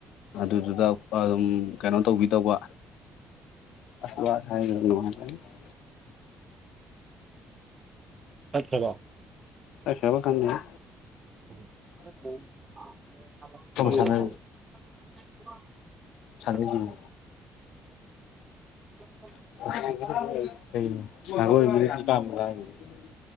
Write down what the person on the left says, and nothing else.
ꯑꯗꯨꯗꯨꯗ ꯑꯛ ꯑꯗꯨꯝ ꯀꯩꯅꯣ ꯇꯧꯕꯤꯗꯧꯕ <unintelligible>
ꯇꯠꯈꯔ꯭ꯕ ꯈꯪꯗꯦꯉꯣ
ꯁꯥꯟꯅ
ꯁꯥꯟꯅꯩꯁꯤꯅꯤ
<unintelligible>